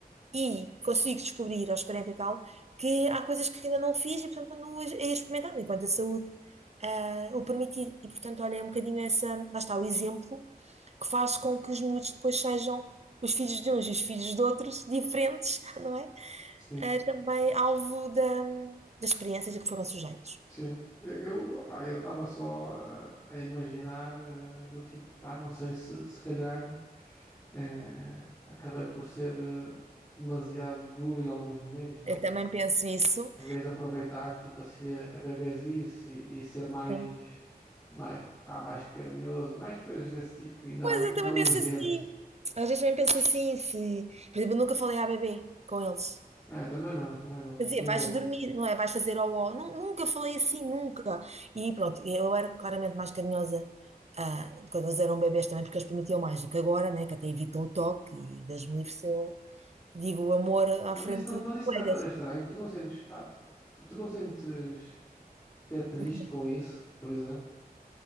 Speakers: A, on the right (about 40°); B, on the left (about 20°).
A: e consigo descobrir aos 40 e tal que há coisas que ainda não fiz e, portanto, continuo a ir experimentando enquanto a saúde ah, o permitir. E, portanto, olha, é um bocadinho essa. Lá está o exemplo que faz com que os miúdos depois sejam. Os filhos de uns e os filhos de outros, diferentes, <laughs> não é?
B: sim,
A: Ah, também alvo da, das experiências a que foram sujeitos.
B: sim. Eu, eu, opá, eu estava só eh, a imaginar eh, do tipo, pá, não sei se se calhar eh, acabei por ser eh, demasiado duro em alguns momentos, estás
A: Eu
B: a perceber?
A: também penso isso.
B: Em vez de aproveitar tipo assim a, a bebezice e, e ser mais,
A: Sim.
B: mais, pá, mais carinhoso, mais coisas desse tipo e não,
A: Pois eu
B: e
A: também
B: não exigente.
A: penso assim. Às vezes também penso assim, se... Por exemplo, eu nunca falei à bebê com eles.
B: Ah, eu também não, também não.
A: Quer dizer,
B: Nem
A: vais
B: gosto.
A: dormir, não é? Vais fazer ó ó. Nun- Nunca falei assim, nunca. E pronto, eu era claramente mais carinhosa ah, quando eles eram bebês também, porque eles prometiam mais do que agora, né? Que até evitam o toque e Deus me livre se eu digo o amor à
B: Mas
A: frente
B: isso não, mas
A: de
B: isso
A: colegas.
B: não é bem estranho. Tu não sentes, pá, tu, tu não sentes até triste
A: Ok.
B: com isso, por exemplo.